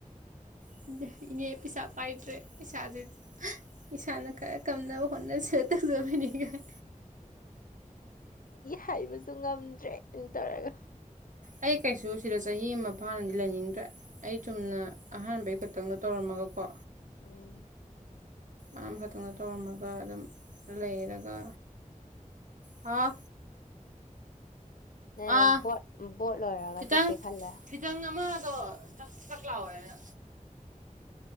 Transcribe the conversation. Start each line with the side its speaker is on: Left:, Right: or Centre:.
Right: ꯈꯪꯗꯦ ꯏꯅꯦ ꯄꯩꯁꯥ ꯄꯥꯏꯗ꯭ꯔꯦ ꯄꯩꯁꯥꯖꯦ ꯏꯁꯥꯅ ꯈꯔ ꯀꯝꯅꯕ ꯍꯣꯠꯅꯁ‌ꯦꯠ ꯇꯧꯗꯕꯩꯅꯤꯀꯥꯏ
Left: ꯍꯥꯏꯕꯖꯨ ꯉꯝꯗ꯭ꯔꯦ ꯑꯗꯨꯝ ꯇꯧꯔꯒ
Right: ꯑꯩ ꯀꯩꯁꯨ ꯁꯤꯗ ꯆꯍꯤ ꯑꯃ ꯐꯥꯅꯗꯤ ꯂꯩꯅꯤꯡꯗ꯭ꯔꯦ ꯑꯩ ꯆꯨꯝꯅ ꯑꯍꯥꯟꯕꯩ ꯈꯛꯇꯪꯗꯣ ꯇꯧꯔꯝꯃꯒꯀꯣ
Left: ꯎꯝ
Right: ꯑꯝꯃꯈꯛꯇꯪꯅ ꯇꯧꯔꯝꯃꯒ ꯑꯗꯨꯝ ꯂꯩꯔꯒ ꯍꯥꯥꯎ
Left: ꯅ‌ꯦꯝ
Right: ꯑꯥ
Left: ꯕꫭꯠ ꯕꫭꯠ ꯂꫭꯏꯔꯒ
Right: ꯈꯤꯇꯪ
Left: ꯆꯠꯀꯦ ꯈꯜꯂꯦ
Right: ꯈꯤꯇꯪ ꯑꯃꯗꯣ ꯆꯛ ꯆꯛ ꯂꯥꯎꯋꯦꯅ